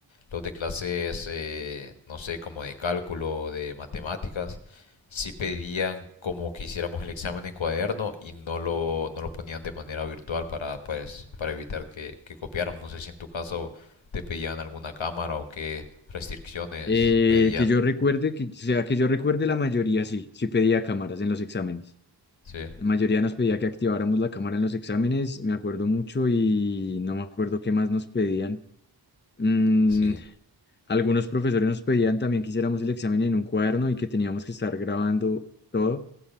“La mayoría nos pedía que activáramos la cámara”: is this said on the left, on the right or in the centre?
Left